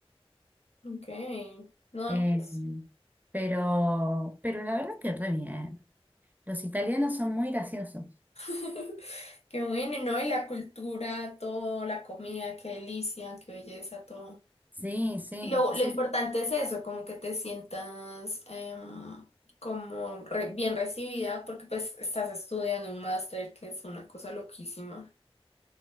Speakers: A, on the left; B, on the right.
A: Ok. No,
B: Eh,
A: pues,
B: pero, pero la verdad que re bien. Los italianos son muy graciosos.
A: <laughs> Qué bueno, ¿no? Y la cultura, todo, la comida, qué delicia, qué belleza, todo.
B: Sí, sí,
A: Y lo,
B: sí.
A: lo importante es eso, como que te sientas em, como re- bien recibida, porque pues estás estudiando un máster, que es una cosa loquísima.